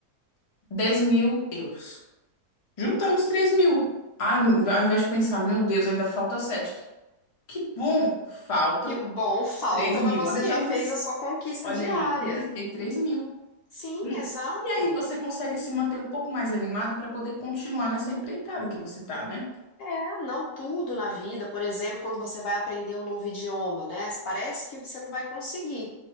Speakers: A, on the left (about 30°); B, on the left (about 65°).
A: 10 mil euros. Juntamos 3 mil. Ah, ao invés de pensar, meu Deus, ainda falta 7. Que bom, faltam
B: Que bom, falta,
A: 3 mil
B: mas você
A: a menos.
B: já fez a sua conquista
A: Olha
B: diária.
A: aí, conquistei 3 mil.
B: Sim,
A: Hum.
B: exato.
A: E aí você consegue se manter um pouco mais animado para poder continuar nessa empreitada que você tá, né?
B: É, não tudo na vida. Por exemplo, quando você vai aprender um novo idioma, né? Parece que você não vai conseguir.